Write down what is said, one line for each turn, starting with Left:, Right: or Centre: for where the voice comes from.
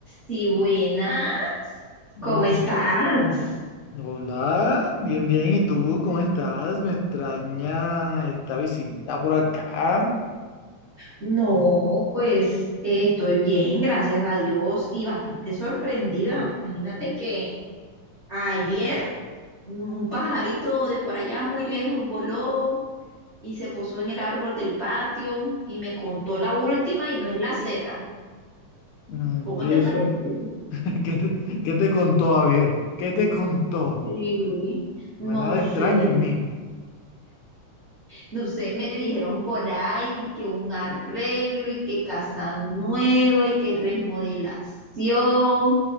Right: Sí, buenas.
Left: Mm,
Right: ¿Cómo estás?
Left: Hola, bien, bien. ¿Y tú cómo estás? Me extraña esta visita por acá.
Right: No, pues eh, estoy bien, gracias a Dios y bastante sorprendida. Imagínate que ayer un pajarito de por allá muy lejos voló y se posó en el árbol del patio y me contó la última y no es la Z.
Left: Mm,
Right: ¿Cómo
Left: ¿Y
Right: te parece?
Left: eso? <laughs> ¿Qué te, qué te contó? A ver, ¿qué te contó?
Right: Sí, no
Left: No hay nada
Right: sé,
Left: extraño en mí.
Right: no sé, me dijeron por ahí que un arreglo y que casa nueva y que remodelación